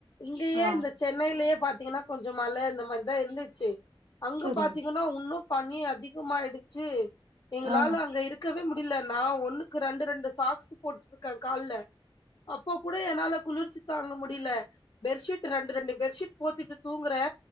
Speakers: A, on the left (about 45°); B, on the right (about 70°).
A: இங்கயே
B: ஆ
A: இந்த சென்னையிலயே பாத்தீங்கன்னா கொஞ்சொ மழ இந்த மாரிதா இருந்துச்சு அங்க
B: சரி
A: பாத்தீங்கன்னா உன்னு பண்ணி அதிகமாய்டுச்சு எங்களால
B: ஆ
A: அங்க இருக் கவே முடியில நா ஒண்ணுக்கு ரெண்டு ரெண்டு சாக்ஸ் போட்ருக்கே கால்ல அப்போ கூட என்னால குளிர்ச்சு தாங்க முடியில பெற்ஷீட் ரெண்டு ரெண்டு பெற்ஷீட் போத்திட்டு தூங்குறே